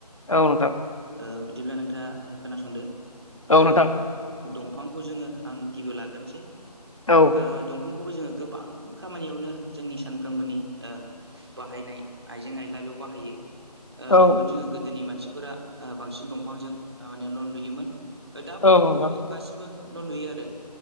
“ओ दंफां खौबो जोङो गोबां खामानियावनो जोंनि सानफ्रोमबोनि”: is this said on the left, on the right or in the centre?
Right